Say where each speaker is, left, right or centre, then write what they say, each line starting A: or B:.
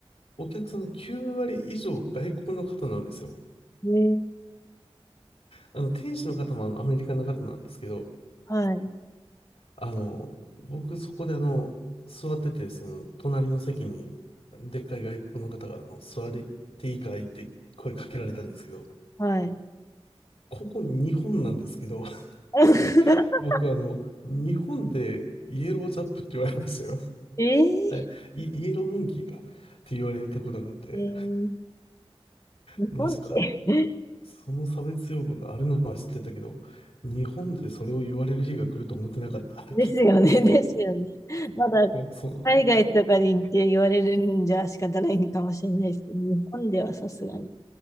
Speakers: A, on the left; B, on the left.
A: お客さんの9割以上外国の方なんですよ。
B: ね、
A: あの、店主の方もあのアメリカの方なんですけど、
B: はい。
A: あの、僕そこであの、座ってて、その、隣の席に、でっかい外国の方が、あの、座りていいかいって声かけられたんですけど、
B: はい。
A: ここ日本なんですけど、<laughs>
B: <laughs>
A: 僕あの、日本でイエロージャップって言われましたよ。<laughs>
B: えー、
A: はいイ、イエローモンキーかって言われたことがあって、
B: えー、日本で
A: マジか。その差別用語があるのは知ってたけど、日本でそれを言われる日が来ると思ってなかったって。
B: ですよね、
A: <laughs>
B: <laughs> ですよね。まだ
A: いや、そう。
B: 海外とかで行って言われるんじゃ仕方ないのかもしれないですけど、日本ではさすがに。